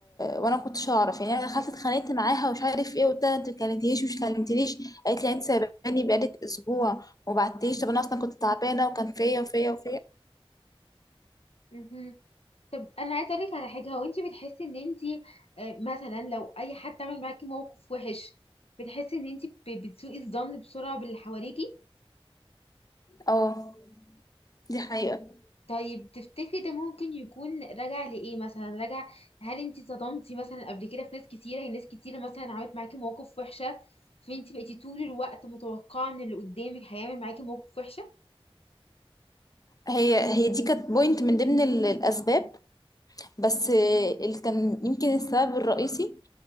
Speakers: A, on the left; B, on the left.
A: وانا ما كنتش اعرف يعني انا دخلت اتخانقت معاها ومش عارف ايه قلت لها انت ما كلمتنيش مش كلمتنيش قالت لي يعني انت سايباني بقالك اسبوع وما بعتليش طب انا اصلا كنت تعبانه وكان فيا وفيا وفيا
B: مهم. طب انا عايزه اقول لك على حاجه هو انت بتحسي ان انت آه، مثلا لو اي حد عمل معاكي موقف وحش بتحسي ان انت بتسوقي الظن بسرعه باللي حواليكي
A: اه دي حقيقه
B: طيب تفتكري ده ممكن يكون راجع لايه مثلا راجع هل انت صدمتي مثلا قبل كده في ناس كتيره يعني ناس كتيره مثلا عملت معاكي مواقف وحشه فانت بقيتي طول الوقت متوقعه ان اللي قدامك هيعمل معاكي موقف وحشه
A: هي هي دي كانت بوينت من ضمن ال- الاسباب بس اللي كان يمكن السبب الرئيسي